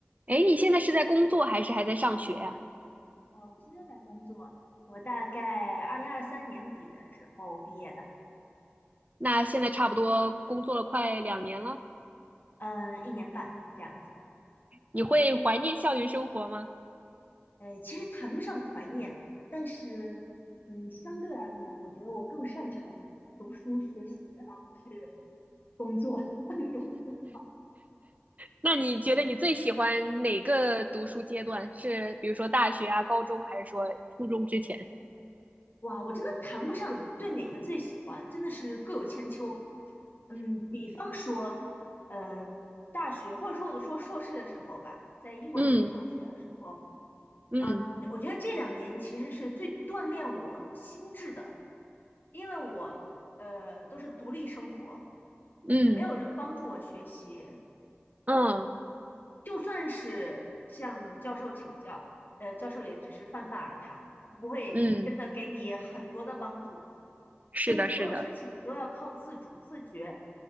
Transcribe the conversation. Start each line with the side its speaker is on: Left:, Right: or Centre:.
Right: 哎，你现在是在工作还是还在上学呀？
Left: 我现在在工作，我大概二零二三年底的时候毕业的，
Right: 那现在差不多工作了快两年了，
Left: 嗯，一年半这样子。
Right: 你会怀念校园生活吗？
Left: 呃，其实谈不上怀念，但是，嗯，相对而言，我觉得我更擅长读书学习，而不是工作当牛做
Right: 那你觉得你最喜欢哪个读书阶段？是比如说大学啊、高中，还是说初中之前？
Left: 哇，我真的谈不上对哪个最喜欢，真的是各有千秋。嗯，比方说，呃，大学或者说我说硕士的时候吧，在英国这边上学的时候，
Right: 嗯嗯
Left: 嗯，我觉得这两年其实是最锻炼我心智的，因为我呃都是独立生活，
Right: 嗯
Left: 也没有人帮助我学习，
Right: 嗯
Left: 就算是向教授请教，呃，教授也只是泛泛而谈，不会真的给你很多的帮助。
Right: 嗯，是的，
Left: 所以所有事情都要靠自主自觉，
Right: 是的，